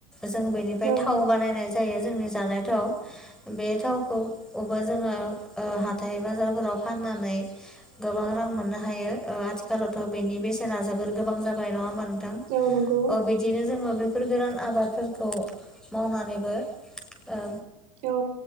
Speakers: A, in the centre; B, on the right.
A: जों बेनिफ्राय
B: औ
A: थाव बानायनाय जायो जोंनि जानाय थाव बे थावखौ खौबो जोङो ओ हाथाइ बाजारफोराव फाननानै गोबां रां मोननो हायो ओ आथिखालावथ' बेनि बेसेना जोबोद गोबां जाबाय नङा ओमबा नोंथां?
B: औ नंगौ
A: अ बिदिनो जोङो बेफोर गोरान आबादफोरखौ मावनानैबो ओ
B: औ